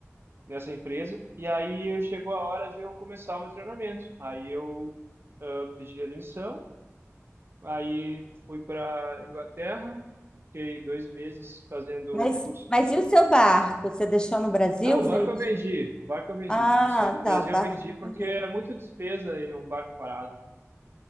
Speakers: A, on the right (about 50°); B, on the left (about 15°).
A: nessa empresa. E aí chegou a hora de eu começar o meu treinamento. Aí eu ah, pedi a demissão. Aí fui para Inglaterra. Fiquei dois meses fazendo
B: Mas,
A: curso
B: mas
A: de
B: e o seu barco? Você deixou no Brasil?
A: não, o
B: Vende-
A: barco eu vendi. O barco eu vendi.
B: Ah,
A: Quando eu saí do Brasil,
B: tá, o barco
A: eu vendi
B: você
A: porque
B: vendeu.
A: é muita despesa e um barco parado.